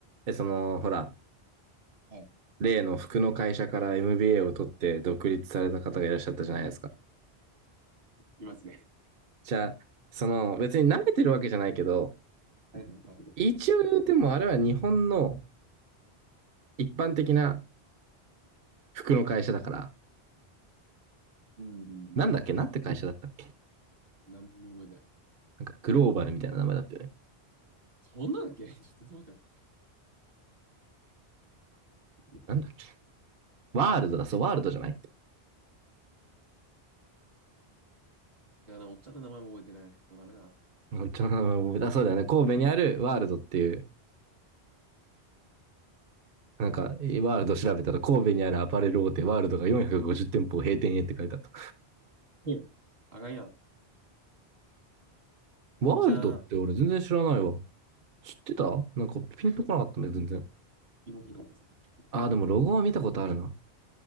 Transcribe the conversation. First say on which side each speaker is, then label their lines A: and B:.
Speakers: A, on the right; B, on the right.
A: え、その、ほら、
B: はい
A: 例の服の会社から MBA を取って独立された方がいらっしゃったじゃないですか。
B: いますね。
A: じゃあ、その、別に舐めてるわけじゃないけど、
B: はいはいはい。
A: 一応言うてもあれは日本の一般的な服の会社だから、
B: うんうんうん。
A: なんだっけなんて会社だったっけ
B: 何も覚えてない。
A: なんかグローバルみたいな名前だったよね。
B: そんなんだっけ <laughs> ちょっと全然覚えてない。
A: なんだっけワールドだ、そう、
B: え、
A: ワールドじゃない
B: いやな、おっちゃんの名前も覚えてない。もうダメだな。
A: もう一応名前も、あ、そうだよね。神戸にあるワールドっていう、なんか、えワールド調べたら神戸にあるアパレル大手ワールドが450店舗を閉店へって書いてあった。
B: うんあかんやん。
A: ワールドって俺全然知らないわ。
B: おっちゃん。
A: 知ってたなんかピンとこなかったんだよ、全然。
B: 次も聞いたことないですね。
A: ああ、でもロゴは見たことあるな。